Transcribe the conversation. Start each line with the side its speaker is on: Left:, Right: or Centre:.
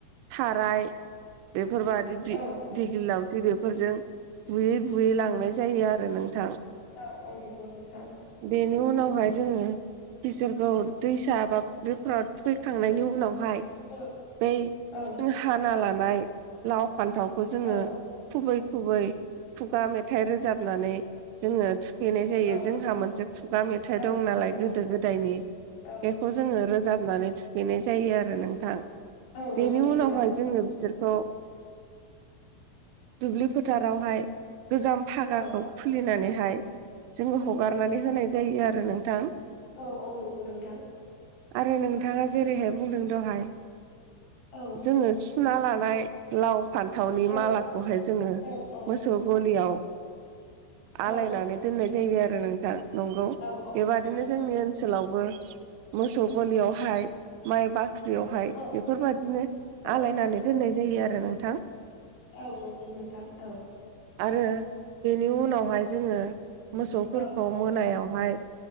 Right: थाराय बेफोरबादि
Left: औ
Right: दिगलि लावथि बे फोरजों बुयै बुयै लांनाय जायो आरो नोंथां
Left: औ नंगौ नंगौ
Right: बेनि उनावहाय जोङो बिसोरखौ दैसा बा फुख्रिफोराव थुखैखांनायनि उनाव
Left: औ
Right: बै
Left: औ
Right: जों हाना लानाय लाव फान्थावखौ जोङो
Left: औ
Right: खुबै खुबै खुगा मेथाइ रोजाबनानै जोङो थुखैनाय जायो
Left: औ
Right: जों मोनसे खुगा मेथाइ दं
Left: औ नंगौ
Right: नालाय
Left: नोंथां
Right: गोदो गोदायनि
Left: औ
Right: बेखौ जोङो रोजाबनानै थुखैनाय जायो आरो नोंथां
Left: औ नंगौ
Right: बेनि
Left: नोंथां
Right: उनावहाय जोङो बिसोर खौ दुब्लि फोथारावहाय गोजाम भागाखौ
Left: औ
Right: खुलिनानैहाय जोङो हगारनानै होनाय जायो आरो नोंथां
Left: औ औ नंगौ नोंथां
Right: आरो नोंथाङा जेरैहाय बुंदों दहाय
Left: औ नंगौ
Right: जोङो सुना लानाय लाव फान्थावनि
Left: नोंथां औ
Right: मालाखौहाय जोङो
Left: औ औ
Right: मोसौ गलियाव आलायनानै
Left: औ
Right: दोननाय जायो आरो नोंथां नंगौ
Left: औ औ
Right: बेबादिनो
Left: नंगौ नोंथां
Right: जोंनि ओनसोलावबो मोसौ गलियावहाय माइ बा ख्रियावहाय
Left: औ
Right: बेफोरबायाददिनो
Left: औ
Right: आलायनानै दोननाय जायो आरो नोंथां
Left: औ नंगौ नोथां औ
Right: आरो बेनि उनावहाय जोङो मोसौफोरखौ
Left: औ
Right: मोनायावहाय